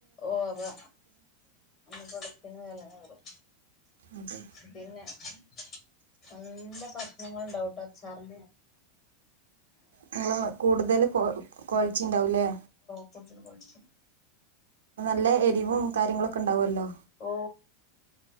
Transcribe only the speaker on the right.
അതെ
നിങ്ങള് കൂടുതല് കോ ക്വാളിറ്റിയിണ്ടാവുവല്ലേ
നല്ലഎരിവും കാര്യങ്ങളു ഒക്കെ എണ്ടാവുവല്ലോ